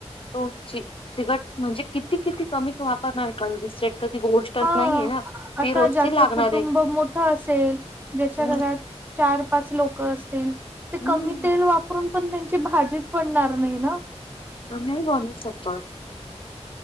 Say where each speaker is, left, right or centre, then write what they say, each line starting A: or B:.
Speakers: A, on the left; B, on the right.
A: तो चिकट म्हणजे किती किती कमी वापरणार आहे कंजुस्टड तर ती गोष्ट.
B: हा
A: नाहीये ना
B: आता
A: ती रोजची
B: ज्याचं
A: लागणार
B: कुटुंब
A: आहे
B: मोठं असेल ज्याच्या
A: हम्म
B: घरात चार पाच लोक असतील ते
A: हम्म.
B: कमी तेल वापरून पण त्यांची भाजीच पडणार नाही ना.
A: नाही गणी शकत